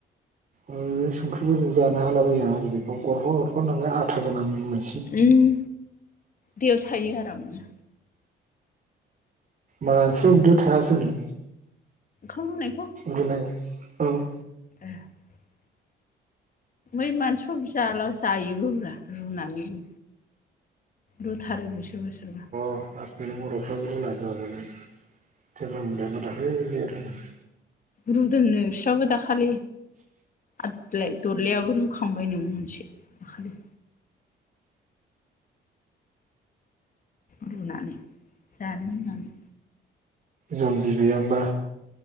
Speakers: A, on the right; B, on the left.
A: ओ संख्रिफोरजों जानो हाला बायो आहा बिदिखौ गरफा गरफा नालाय आथा गोनां नो
B: उम्म। दैयाव थायो आरामनो।
A: मानसिनि उदैयाव थायासोनो।
B: <unintelligible> बुंनायखौ
A: रुनाय औ।
B: <inaudible> बै <unintelligible> जायोबो ब्रा रुनानैबो दुथारोबो सोरबा सोरबा
A: <unintelligible> बर'फ्राबो रुनानै जाजोगोन थेब्रा <unintelligible> <inaudible>
B: रुदोंनो बिस्राबो दाखालि आदलाय दरलायाबो रुखांबाय नो <unintelligible> दाखालै रुनानानै दानो होननानै
A: जन बिबैयानोबा